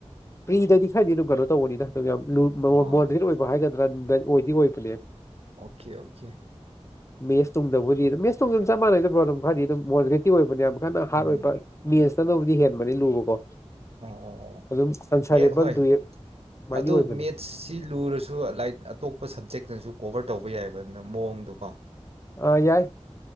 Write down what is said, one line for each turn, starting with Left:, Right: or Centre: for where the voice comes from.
Left: ꯄ꯭ꯔꯤꯗꯗꯤ ꯈꯔꯗꯤ ꯑꯗꯨꯝ ꯀꯩꯅꯣ ꯇꯧꯕꯅꯤꯗ ꯌꯥꯝ ꯂꯨ
Right: ꯑꯣ
Left: ꯃꯣꯗꯔꯦꯠ ꯑꯣꯏꯕ ꯍꯥꯏꯒꯗ꯭ꯔꯥ ꯅꯨꯡ ꯑꯣꯏꯗꯤ ꯑꯣꯏꯕꯅꯦ
Right: ꯑꯣꯀꯦ ꯑꯣꯀꯦ
Left: ꯃꯦꯁ ꯇꯨꯡꯗꯕꯨꯜꯂꯤ ꯑꯗꯨ ꯃꯁ ꯇꯨꯡꯗ ꯆꯞꯥꯟꯅꯩ ꯄ꯭ꯔꯣꯕꯝ ꯈꯔꯗꯤ ꯑꯗꯨꯝ ꯃꯣꯗ꯭ꯔꯦ <unintelligible> ꯑꯣꯏꯕꯅꯦ ꯌꯥꯝ ꯀꯟꯅ
Right: ꯎꯝ
Left: ꯍꯥꯔꯠ ꯑꯣꯏꯕ ꯃꯦꯟꯁꯇꯅꯕꯨꯗꯤ ꯍꯦꯟꯕꯅꯤ ꯂꯨꯕꯀꯣ
Right: ꯑꯣ ꯑꯣ ꯑꯣ
Left: ꯑꯗꯨꯝ ꯑꯟꯁꯔꯦꯕꯜ
Right: ꯃꯦ ꯍꯣꯏ
Left: ꯗꯨꯌꯦ ꯑꯗꯨꯃꯥꯏꯗꯤ
Right: ꯑꯗꯨ
Left: ꯑꯣꯏꯕꯅꯦ
Right: ꯃꯦꯠ ꯁꯤ ꯂꯨꯔꯁꯨ ꯂꯥꯏꯛ ꯑꯇꯣꯞꯄ ꯁꯕꯖꯦꯅꯁꯨ ꯀꯣꯕꯔ ꯇꯧꯕ ꯌꯥꯏꯑꯕ ꯑꯗꯨꯅ ꯃꯑꯣꯡꯗꯣ ꯀꯣ
Left: ꯑꯥ ꯌꯥꯏ